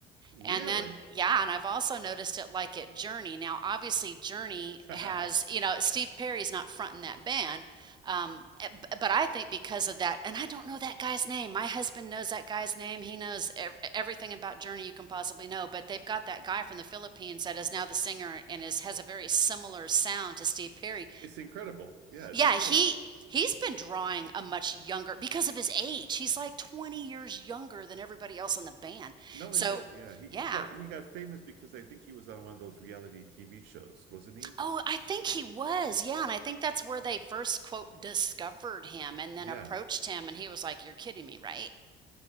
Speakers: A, on the right (about 90°); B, on the right (about 25°).
A: Really?
B: And then, yeah, and I've also noticed it like at Journey. Now, obviously, Journey
A: <laughs>
B: has, you know, Steve Perry's not fronting that band. Um, eh, b- but I think because of that, and I don't know that guy's name. My husband knows that guy's name. He knows ev- everything about Journey you can possibly know. But they've got that guy from the Philippines that is now the singer and is has a very similar sound to Steve Perry.
A: It's incredible. Yeah, it's
B: Yeah,
A: incredible.
B: he he's been drawing a much younger because of his age. He's like 20 years younger than everybody else in the band.
A: Not only
B: So,
A: that, yeah, he, he
B: yeah.
A: got he got famous because I think he was on one of those reality TV shows, wasn't he?
B: Oh, I think he was. Yeah, and I think that's where they first quote discovered him and
A: Yeah,
B: then approached him and he was like, "You're kidding me, right?"